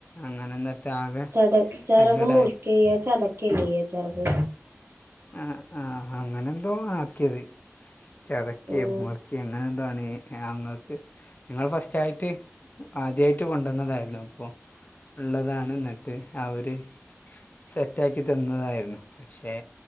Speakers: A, on the left; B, on the right.
A: അങ്ങനെ ന്നട്ട് ആകെ
B: അതെ ചെറക്
A: സങ്കടമായി
B: മുറിക്ക്യെയ്യ ചതക്ക്യല്ലെ യ്യാ ചെറക്
A: ആഹ് ആഹ് അങ്ങനെന്തോ ആക്കിയത്. ചതക്കെ
B: ഉം
A: മുറിക്കെ അങ്ങനെ എന്താണ് ഞങ്ങക്ക്. ഇങ്ങള് ഫസ്റ്റായിട്ട് ആദ്യായിട്ട് കൊണ്ടന്നതായിൻന്നൊല്ലൊ ഇപ്പോ. ഉള്ളതാണ് ഇന്നട്ട് അവര് സെറ്റ് ആക്കി തന്നതായിരുന്നു പക്ഷേ.